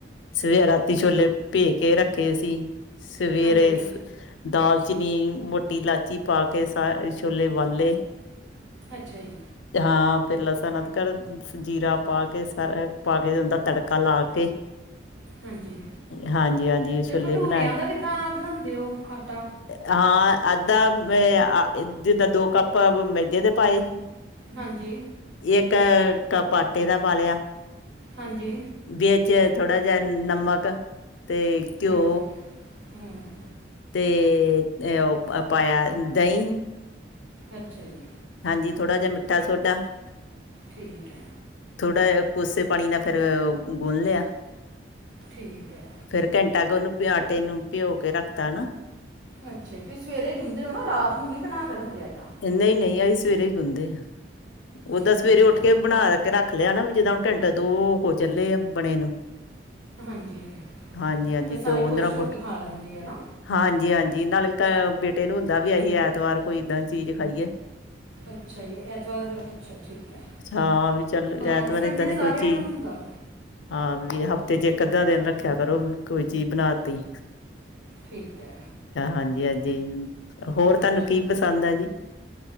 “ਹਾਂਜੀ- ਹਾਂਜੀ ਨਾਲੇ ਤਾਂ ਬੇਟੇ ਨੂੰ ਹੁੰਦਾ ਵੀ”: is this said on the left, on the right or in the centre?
Left